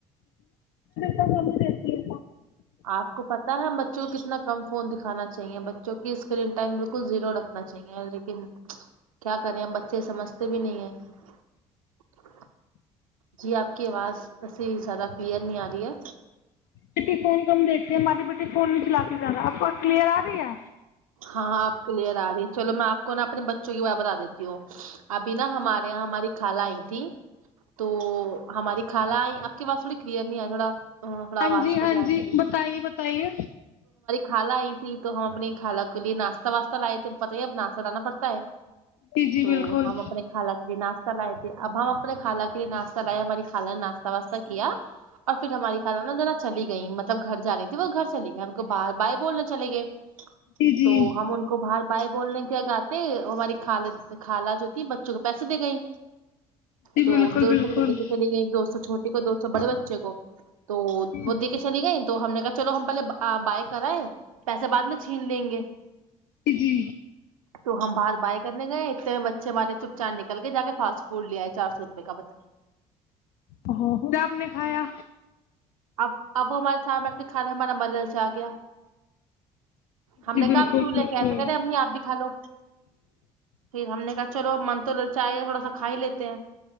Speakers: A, on the left (about 55°); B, on the right (about 75°).
A: دا ہم میں دیتی ہے
B: آپ کو پت ہے ہم بچوں کو کتنا کم فون دکھانا چاہیے بچوں کی اسکرین ٹائم بالکل زیرو رکھنا چاہیے لیکن کیا کریں ہم بچے سمجھتے بھی نہیں ہیں جی آپ کی آواز ایسسی زیادہ کلیئر نہیں آ رہی ہے
A: بیٹی فون کم دیتی ہماری بیٹی فون نہیں چلاتی زیادہ آب کو کلیئ آ رہی ہے
B: ہاں آپ کلیئر آ رہی ہے چلو میں آپ کو نا اپنے بچوں کی ب بتا دیتی ہوں ابھی نا ہمارے یہاں ہماری خال آئی تھی تو ہماری خال آئی آپ کی بس تھوڑی کلیئر نہیں آیا تھوڑا تھوڑا
A: ہاں
B: آواز
A: جی
B: کا
A: ہاں
B: دھیان
A: جی
B: دیں
A: بتائیے بتائیے
B: حال آئی تھی تو ہم اپنی کھالا کولی ناشتہ واسہ لائے تھے پت ہی ہے اب ناشہ لانا پڑتا ہے
A: جی جی
B: تو
A: بالکل
B: ہم اپنے خالہ کے بھی ناشتے اہ لائے تھے اب ہم اپنے خانہ کے لیے ناشتہ لائےیا ہماری خالان نے ناشہ واسہ کیا اور پھر ہماری خانہ ن ذرا چلی گئی مطلب گھر جا رہی تھی وہ گھر چلیے گئی ہم کو بار باہ بولنے چلے گئے
A: جی جی
B: تو ہم ان کو بار بائے بولنے کیا گاتے ہماری خال خالہ جو تھی بچوں کو پیسے دے گئی
A: جی
B: تو
A: بالکل
B: دو
A: بالکل
B: سو روپئے دے کے چلی گئیں دوستو چھوٹی کو دوستو تو بڑے بچے کو تو
A: جی
B: وہ
A: جی
B: دے کے چلی گئے تو ہم نے کہا چلو ہم پہلے بائی کرائے پیسے بع میں چھین لیں گے
A: ج جی
B: تو ہم باہر بائے کرنے گئے اتنے بچے ہمارے چپ چان نکل کے جا کے فاسٹ فوڈ لے آئے چار سو روپے کا بتائے
A: ا خھر آپ نے کھایا
B: اب اب ہمارے سام کھانا ہمارا ملل سے آ گیا ہم
A: جی
B: نے کہا
A: بالکل
B: آپ کیوں لے
A: بالکل
B: کے ایسے کہ رہے ہم آپ بھی کھا لو پھر ہم نے کہ چلو من تو ل چاہ تھوڑا سا کھائی لیتے ہیں